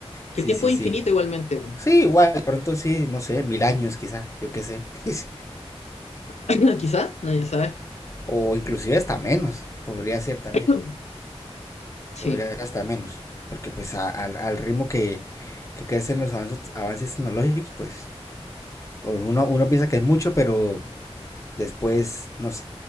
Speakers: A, on the left (about 85°); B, on the left (about 25°).
A: que
B: sí,
A: el tiempo
B: sí,
A: es
B: sí.
A: infinito igualmente. po.
B: Sí, igual, de pronto sí, no sé, mil años quizá, yo qué sé. <laughs>
A: <clears throat> Quizá, nadie sabe.
B: o inclusive hasta menos, podría ser también,
A: <clears throat> Sí.
B: podría ser hasta menos. Porque pues a- al, al ritmo que, que crecen los avances, avances tecnológicos, pues, pues uno, uno piensa que es mucho, pero después, no sé,